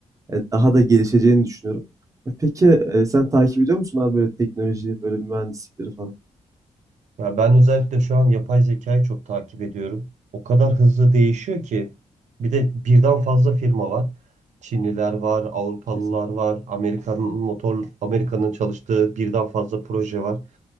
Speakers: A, on the right; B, on the right.
A: e, daha da gelişeceğini düşünüyorum. E, peki e, sen takip ediyor musun abi böyle teknolojiyi, böyle mühendislikleri falan?
B: Ya ben özellikle şu an yapay zekayı çok takip ediyorum. O kadar hızlı değişiyor ki bir de birden fazla firma var. Çinliler var, Avrupalılar
A: Kesin.
B: var, Amerika'nın motor Amerika'nın çalıştığı birden fazla proje var.